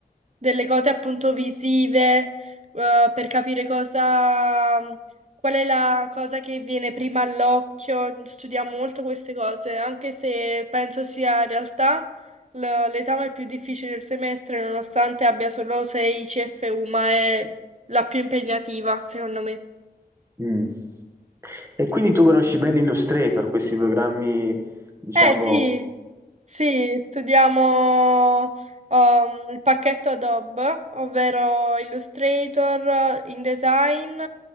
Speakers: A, on the right; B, on the right.
A: delle cose appunto visive, eh, per capire cosa, qual è la cosa che viene prima all'occhio. Studiamo molto queste cose, anche se penso sia in realtà l- l'esame più difficile del semestre, nonostante abbia solo 6 CFU, ma è la più impegnativa, secondo me.
B: Mm. E quindi tu conosci bene Illustrator, questi programmi, diciamo
A: Eh sì. Sì, studiamo um, il pacchetto Adobe, ovvero Illustrator, InDesign